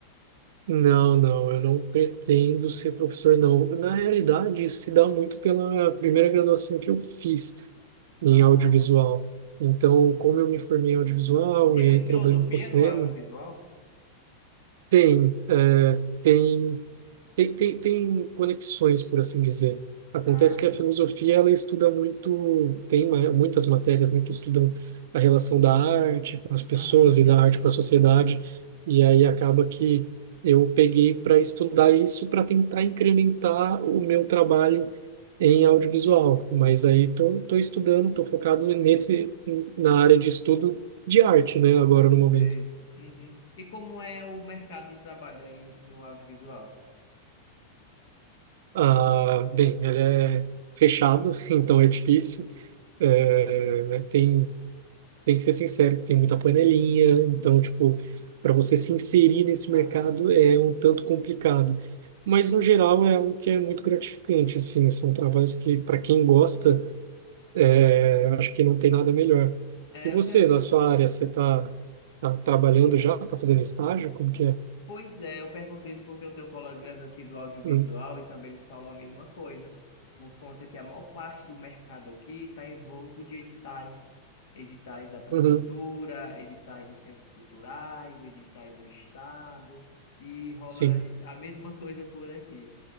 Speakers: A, on the right; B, on the left.
A: Não, não, eu não pretendo ser professor, não. Na realidade, isso se dá muito pela primeira graduação que eu fiz em
B: Ah,
A: audiovisual. Então, como eu me formei em audiovisual
B: e tem
A: e
B: muito
A: aí trabalhando
B: filosofia
A: com cinema,
B: no audiovisual?
A: Tem, é, tem, tem, tem, tem conexões, por assim dizer. Acontece
B: Ah,
A: que a filosofia ela estuda muito, tem ma- muitas matérias, né, que estudam a relação da arte com as pessoas
B: aham, sim,
A: e da arte
B: sim,
A: com a sociedade, e aí acaba que eu peguei para estudar isso para tentar incrementar o meu trabalho em audiovisual, mas aí tô, tô estudando, tô focado nesse na área de estudo de arte, né, agora no momento.
B: sei. Uhum. E como é o mercado de trabalho aí no audiovisual?
A: Ah, bem, ele é fechado, <laughs> então é difícil. É, é, tem, tem que ser sincero, tem muita panelinha, então, tipo, para você se inserir nesse
B: Aham.
A: mercado é um tanto complicado. Mas, no geral, é algo que é muito gratificante, assim, são trabalhos que, para quem gosta, é, eu acho que não tem nada melhor.
B: É,
A: E você,
B: eu, te-
A: na sua área, você está trabalhando já? Você está fazendo estágio? Como que é?
B: Pois é, eu perguntei isso porque eu tenho colegas aqui do audiovisual
A: Uhum,
B: e também eles falam a mesma coisa, por conta que a maior parte do mercado aqui está envolto de editais, editais da prefeitura,
A: uhum,
B: editais de centros culturais, editais do estado, e rola
A: sim.
B: a mesma coisa por aqui.